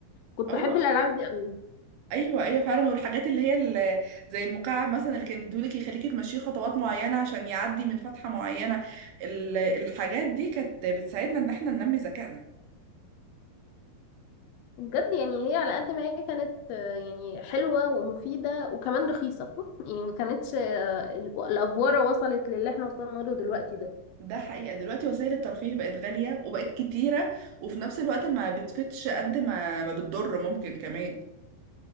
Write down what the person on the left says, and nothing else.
كنت
بحب الألعاب دي قوي
بجد يعني هي على قد ما هي كانت آه، يعني حلوة ومفيدة وكمان رخيصة <laughs> يعني ما كانتش آه، ال- الأفوارة وصلت للي احنا وصلنا له دلوقتي ده